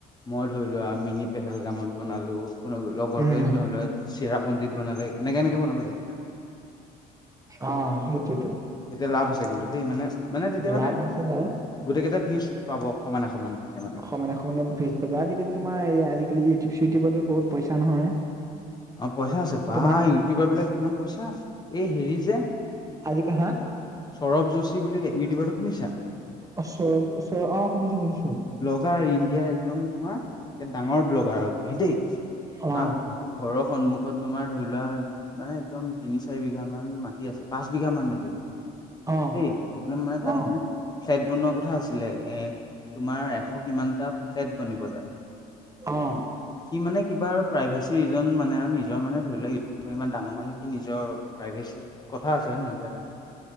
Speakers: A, on the left (about 25°); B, on the right (about 20°).
A: মই ধৰি লোৱা মিনি পেহেলগামত বনালোঁ। লগৰটোৱে
B: উম
A: ধৈ লোৱা চিৰাপুঞ্জিত বনালে, এনেকে এনেকে বনাব লাগিব।
B: অ', সেইটোৱেতো।
A: তেতিয়া লাভ আছে কিন্তু দেই। মানে, মানে তেতিয়া মানে
B: লাভ আছিলে
A: গোটেইকেইটা ভিউজ পাব সমানে, সমানে <unintelligible>
B: সমানে, সমানে ভিউজ। <unintelligible> আজিকালি তোমাৰ এই আজিকালি ইউটিউব চিউটিউবতো বহুত পইচা নহয়।
A: অ', পইচা আছে। বা,
B: তোমাৰ
A: ইউটিউবাৰ বিলাক কিমান পইচা। এই হেৰি যে
B: আজিকা হা।
A: সৌৰভ যোশী বুলি ইউটিউবাৰটো শুনিছা?
B: অ চ চ অ শুনিছো শুনিছো
A: ব্লগাৰ ইণ্ডিয়াৰ একদম তোমাৰ একে ডাঙৰ ব্লগাৰ আৰু সি দেই,
B: অ
A: তাক ঘৰৰ সন্মুখত তোমাৰ ধৰি লোৱা মানে একদম তিনি, চাৰি বিঘামান মাটি আছে। পাঁচবিঘা মান মাটি
B: অ
A: দেই, একদম মানে তাত
B: অ
A: মানে ফ্লেট বনোৱা কথা আছিলে। এ তোমাৰ এশ কিমানটা ফ্লেট বনিব তাত।
B: অ
A: সি মানে কিবা আৰু প্ৰাইভেচি ৰিজন মানে আৰু নিজৰ মানে ধৰি লোৱা ইউ--উবৰ ইমান ডাঙৰ মানুহ। সি নিজৰ প্ৰাইভেচিত কথা আছে হয় নই <unintelligible>